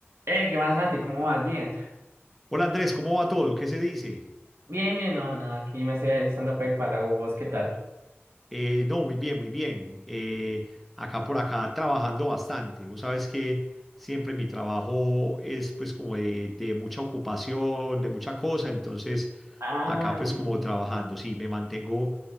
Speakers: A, on the right (about 70°); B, in the centre.
A: Hey, ¿qué más, Santi? ¿Cómo vas? Bien.
B: Hola Andrés, ¿cómo va todo? ¿Qué se dice?
A: Bien, bien, no, nada, aquí me sé el stand-up el cual hago vos, ¿qué tal?
B: Eh, no, muy bien, muy bien. Eh, acá por acá trabajando bastante. Vos sabes que siempre mi trabajo es pues como de, de mucha ocupación, de mucha cosa. Entonces
A: Ah,
B: acá pues
A: sí,
B: como
A: sí.
B: trabajando,
A: sí.
B: sí, me mantengo